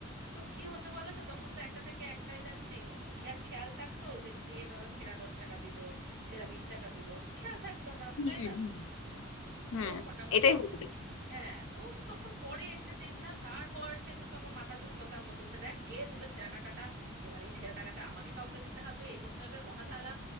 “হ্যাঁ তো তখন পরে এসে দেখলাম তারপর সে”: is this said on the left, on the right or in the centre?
Right